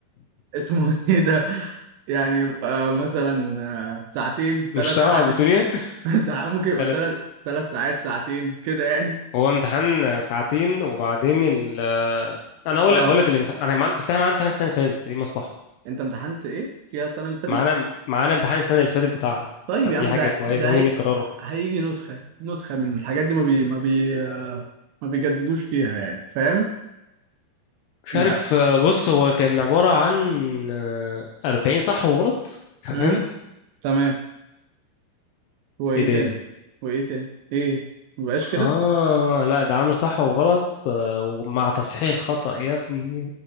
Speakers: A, on the right; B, on the left.
A: اسمه <laughs> ايه ده يعني يبقى مثلا آه، ساعتين ثلاث
B: مش سامعك
A: ساعات
B: بتقول ايه <laughs>
A: <laughs> انت ممكن يبقى
B: لا لا،
A: ثلاث ثلاث ساعات ساعتين كده يعني
B: هو امتحان ساعتين وبعدين ال انا اقول
A: اه
B: لك اقول لك الامتحان انا مع... بس احنا معانا امتحان السنه اللي فاتت فدي مصلحه
A: انت امتحنت ايه فيها السنة اللي فاتت
B: معانا معانا امتحان السنه اللي فاتت بتاعها
A: طيب
B: فدي
A: يا عم
B: حاجه
A: ده
B: كويسه
A: ده
B: ممكن
A: هي...
B: يكرروا
A: هيجي نسخة نسخة من الحاجات دي ما بي ما بي ما بيجددوش فيها يعني فاهم
B: مش
A: الحق
B: عارف آه، بص هو كان عبارة عن آه، أربعين صح وغلط تمام
A: امم تمام هو ايه
B: ايه ده
A: تاني
B: ايه ده
A: هو ايه تاني ايه مبقاش كده
B: آه لا ده عامل صح وغلط آه، ومع تصحيح الخطأ يا ابني